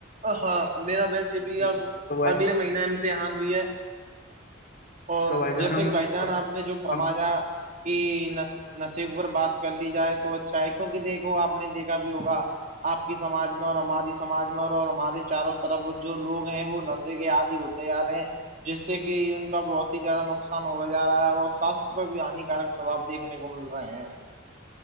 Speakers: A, on the right; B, on the left.
A: ہاں میرا ویسے بھی
B: تو بھائی
A: اگلے مہین امتحان بھی ہے اور
B: تو بھائی جان
A: جیسے
B: ہم
A: کہ بھائی جان
B: اب
A: آپ نے جو فرمایا
B: ہم
A: کہ نشے پر بات کر لی جائے تو اچھا ہے کیونکہ دیکھو آپ نے دیکھا بھی ہوگا آپ کی سماج میں اور ہماری سماج میں اور ہمارے چاروں طرف جو لوگ ہیں وہ نشے کے آدی ہوتے جا رہے ہیں جس سے کہ ان کا بہت ہی زیادہ نقصان ہوتا جا رہا ہے اور سواستھ پہ بھی ہانیکارک پرباب دیکھنے کو مل رہا ہے